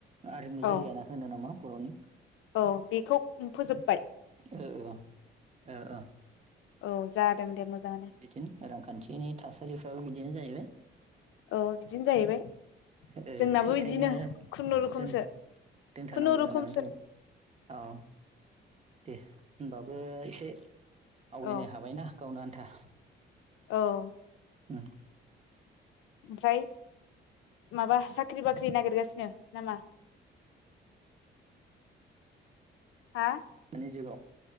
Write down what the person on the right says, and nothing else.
आरिमु
जालिया होनो नामा बर'नि
ओ-ओ-ओ-ओ
बिदिनो रांखान्थिनि थासारिफ्राबो बिदिनो जाहैबाय
ओ
एखायनो
दोन नथारनांगौ
जानानै फैबाय औ दे होनबाबो एसे आवगायनो
हाबायना गावनो आन्था
उम
<unintelligible>